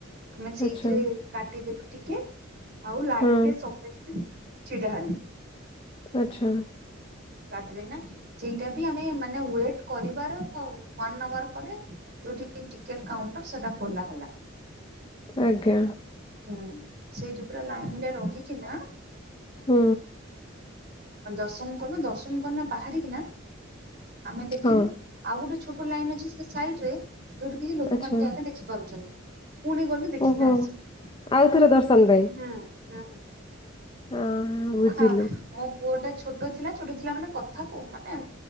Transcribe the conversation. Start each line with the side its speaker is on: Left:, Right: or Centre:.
Right: ଆମେ ସେଇଥିରେ
Left: ଆଚ୍ଛା
Right: କାଟିଦେଲୁ ଟିକେଟ୍ ଆଉ ଲାଇନରେ
Left: ହଁ
Right: ସମତେ ଥିଲୁ। ଛିଡ଼ା ହେଲୁ।
Left: ଆଚ୍ଛା।
Right: କାଢ଼ିଲେନି ନା ସେଇଟା ବି ଆମେ ମାନେ ୱିଟେ କରିବାର ଓନେ ଆଔର ପରେ। ଯୋଉଠି ଟିକେଟ କାଉଣ୍ଟର ସେଟା ଖୋଲା ହେଲା।
Left: ଆଜ୍ଞା।
Right: ହୁଁ ସେଇଠି ପୁରା ଲାଇନରେ ରହିକି ନା।
Left: ହୁ।
Right: ଦର୍ଶନ କଲୁ ଦର୍ଶନ କରିକି ନା ବାହାରିକିନା ଆମେ ଦେଖିଲୁ।
Left: ହଁ
Right: ଆଉ ଗୋଟେ ଛୋଟ ଲାଇନ୍ ଅଛି ସେ ସାଇଡରେ ଯୋଉଠି କି ଲୋକମାନେ
Left: ଆଚ୍ଛା
Right: ଯାଇନ ଦେଖିପାରୁଛନ୍ତି। ପୁଣି ଗଲୁ ଦେଖିକିନା
Left: ଓହୋ
Right: ଆସିଲୁ।
Left: ଆଉଥରେ ଦର୍ଶନ ପାଇଁ
Right: ହୁଁ।
Left: ହଁ ବୁଝିଲି
Right: ହ ମୋ ପୁଅ ଟା ଛୋଟ ଛୋଟ ଥିଲା ଛୋଟ ଥିଲା ମାନେ କଥାକୁ ମାନେ